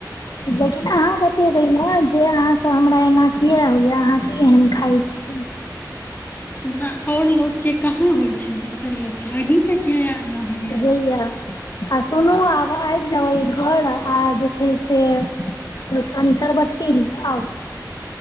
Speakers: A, on the left (about 65°); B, on the left (about 25°).
A: लेकिन अहाँ बतेबै न जे अहाँ तऽ हमरा एना किए होइए अहाँ कि एहन खाइ छी
B: तऽ आओर लोकके कहाँ होइ छै दोसर लोकके अहीँके किया एना होइ यऽ
A: किया आ सुनू आब आबि जाउ ई घर आ जे छै से दोसकनि शरबत पी लिअ आउ